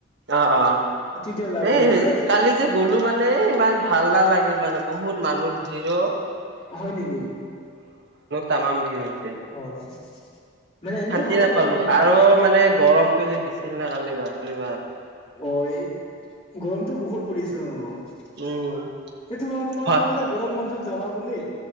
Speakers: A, on the right; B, on the left.
A: অ' - অ'।
B: তেতিয়া যাব
A: সেই
B: পাৰিম দে
A: হে-
B: মানে
A: কালি যে গ'লো মানে ইমান ভাল নালাগিল, মানে বহুত মানুহৰ ভিৰো
B: হয় নেকি?
A: তামাম ভিৰ।
B: অ'। মানে এনেতো
A: শান্তি
B: ভালে
A: নাপালোঁ।
B: ক'ব পাৰি
A: আৰু
B: ন
A: মানে গৰমটো যে দিছিল না কালি, বাপৰে বাপ।
B: অ' এই গৰমটো বহুত পৰিছে অ'। তে
A: উম
B: তোমাৰ - তোমাৰ
A: হয়
B: যে কৈছা, গৰম বন্ধত যাবা বুলি